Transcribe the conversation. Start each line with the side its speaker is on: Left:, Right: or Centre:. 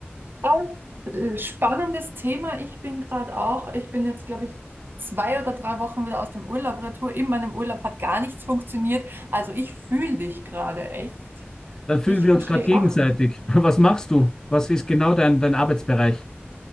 Right: Ah, äh, spannendes Thema. Ich bin gerade auch, ich bin jetzt, glaube ich, zwei oder drei Wochen wieder aus dem Urlaub retour. In meinem Urlaub hat gar nichts funktioniert. Also ich fühle dich gerade echt.
Left: Dann fühlen
Right: Ich
Left: wir
Right: verstehe
Left: uns gerade gegenseitig.
Right: auch nicht.
Left: <laughs> Was machst du? Was ist genau dein, dein Arbeitsbereich?